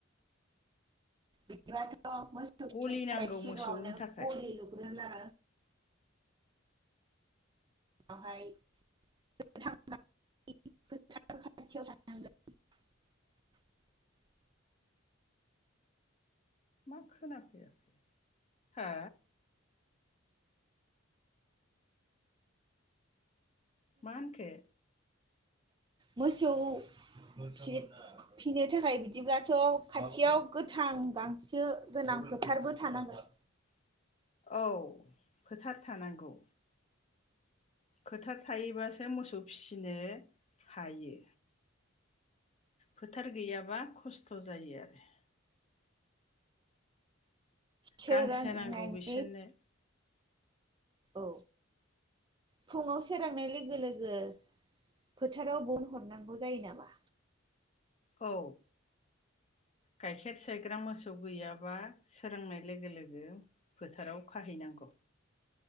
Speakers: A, on the right (about 20°); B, on the left (about 30°).
A: बिदि <unintelligible> मोसौनि
B: गलि
A: थाखाय
B: नांगौ
A: सिगाङावनो
B: मोसौनि थाखाय
A: गलि लुग्रोनो <unintelligible>
B: मा खोनाफैया हा? मा होनखो?
A: मोसौ फिसि फिनो थाखाय बिदिब्लाथ' खाथियाव गोथां गांसो गोनां फोथारबो थानांगोन
B: औ फोथार थानांगौ फोथार थायोबासो मोसौ फिसिनो हायो फोथार गैयाबा खस्थ' जायो आरो
A: सोरांनायनि
B: गांसो नांगौ बिसोरनो
A: औ फुङाव सोरांनाय लोगो-लोगो फोथाराव बन हरनांगौ जायो नामा?
B: औ गाइखेर सायग्रा मोसौ गैयाबा सोरांनाय लोगो-लोगो फोथाराव खाहैनांगौ।